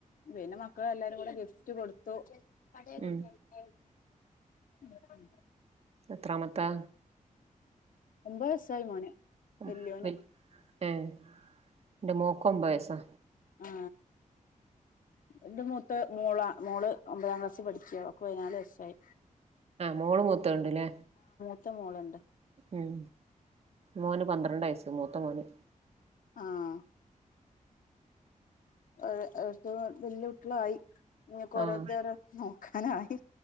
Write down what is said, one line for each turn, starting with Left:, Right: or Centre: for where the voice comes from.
Left: പിന്നെ മക്കൾ എല്ലാരും കൂടെ ഗിഫ്റ്റ് കൊടുത്തു അതെ കുടുത്തായി
Right: ഉം
Left: <unintelligible> <unintelligible>
Right: എത്രാമത്താ
Left: ഒമ്പത് വയസ്സായി മോന്
Right: ആ
Left: വല്യോന്
Right: <inaudible> ഏ ഇന്റെ മോൾക്ക് ഒൻപത് വയസ്സാ
Left: ആ എന്റെ മൂത്ത് മോളാ മോള് ഒമ്പതാം ക്ലാസ്സിൽ പഠിച്ചാ ഒൾക്ക് പതിനാല് വയസായി
Right: മോൾ മൂ ത്തത്ണ്ട് ലെ
Left: ത്ത മോളുണ്ട്
Right: ഉം മോന് പന്ത്രണ്ട് വയസ്സ് മൂത്ത മോന്
Left: ആഹ ആ വലിയകുട്ടിയാളായി ഇഞ്ഒക്കെ ഓരോരുത്തർ
Right: ആഹ്
Left: ഓരോന്ന് നോക്കാനായി